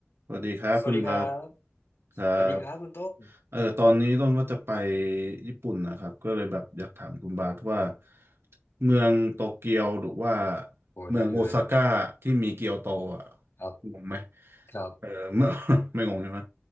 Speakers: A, on the right; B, on the left.
A: สวัสดีครับคุณบาส
B: สวัสดีครับ
A: ครับ
B: สวัสดีครับคุณต้น
A: เออตอนนี้ต้นว่าจะไปญี่ปุ่นนะครับก็เลยแบบอยากถามคุณบาสว่าเมืองโตเกียวหรือว่า
B: โอ้ได้เลย
A: เมืองโอซาก้าที่มีเกียวโตอ่ะ
B: ครับ
A: งงไหม
B: ครับ
A: เออเมื่อ <laughs> ไม่งงใช่ไหม